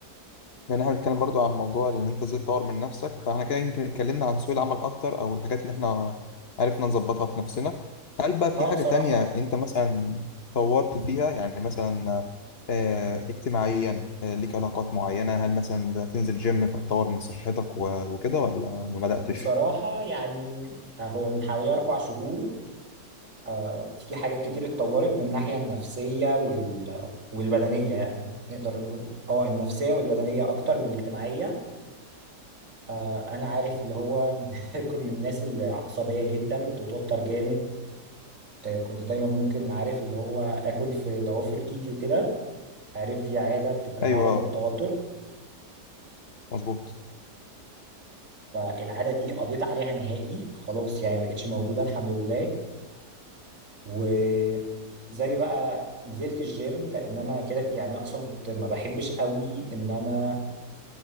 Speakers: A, on the left (about 40°); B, on the right (about 50°).
A: لان احنا بنتكلم برضو عن موضوع ان انت ازاي تطور من نفسك فاحنا كده يمكن اتكلمنا عن سوق العمل اكتر او الحاجات اللي احنا عرفنا نظبطها في نفسنا هل بقى في
B: اه
A: حاجة
B: بصراحه
A: تانية انت مثلا طورت فيها يعني مثلا آه، اجتماعيا آه، ليك علاقات معينة هل مثلا بدأت تنزل جيم فتطور من صحتك و- وكده ولا ما بدأتش
B: بصراحه يعني آه، هو من حوالي اربع شهور آه، في حاجات كتير اتطورت من الناحية النفسية وال... والبدنية يعني نقدر نقول اه النفسية والبدنية أكتر من الاجتماعية آه، أنا عارف اللي هو <laughs> كنت من الناس اللي عصبية جدا وبتتوتر جامد آه، كنت دايما ممكن عارف اللي هو آكل في ضوافر إيدي وكده عارف دي عادة بتبقى ليها
A: ايوه
B: علاقة بالتوتر
A: مظبوط
B: فالعادة دي قضيت عليها نهائي خلاص يعني مبقتش موجودة الحمد لله و زي بقى نزلت الجيم لان انا كده يعني اصلا كنت ما بحبش قوي ان انا